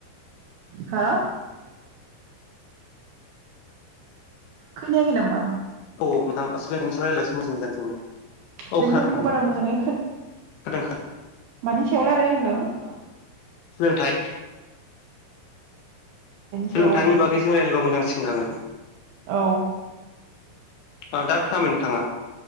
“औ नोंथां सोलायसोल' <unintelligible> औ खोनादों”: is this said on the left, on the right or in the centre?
Left